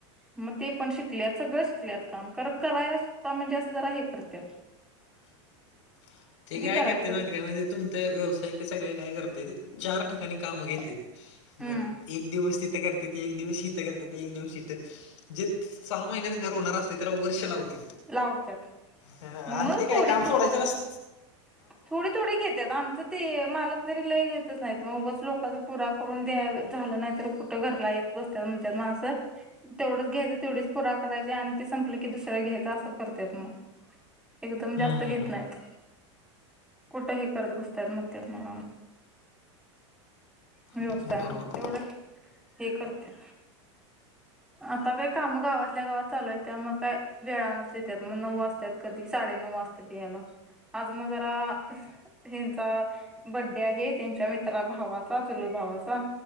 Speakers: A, in the centre; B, on the left (about 80°).
A: मग ते पण शिकलेत सगळं शिकलेत काम कर करायला सुधा म्हणजे असं जरा हे करत.
B: <inaudible> ते काय
A: करायचं?
B: करत मा ते काय म्हणजे तुमच व्यवसायिक सगळे काय करते चार ठिकाणी काम घेतेत.
A: हम्म
B: मग एक दिवस तिथं करते. एक दिवस इथं करते ते एक दिवस शथं जे सहा महिन्यात घर होणार असते त्याला वर्ष लावते.
A: लावत्यात
B: हा
A: म्हणूनच
B: आणि ते
A: थोडी
B: काय काम
A: तू
B: सोडायचं बस
A: थोडी थोडी घेत्यात आम आम ते मालक तरी लय घेतच नाहीत मगच लोकचा पुरा करून द्या झालं नाही तर कुठं घरला येत. बसतात म्हणतात म असं तेवढंच घ्यायचं तेवढीच पुरा करायचे आणि ते संपलं की दुसरं घ्यायच. ते असं करतेत मग एकदम
B: हम्म
A: जास्त घेत नाहीत. कुठं हे करत बसत्या म्हणत्यात मला म. व्यवस्था
B: हम्म बरोबर
A: तेवढं हे करते आता काय कामं गावातल्या गावात चालूय आहे त्यामुळं काय वेळानच येत्यात म नऊ वाजत्यात कधी साडे नऊ वाजत्यात यायला आज म जरा ह्यांचा बड्डे आहे त्यांच्या मित्रा भावाचा चुलत भावाचा.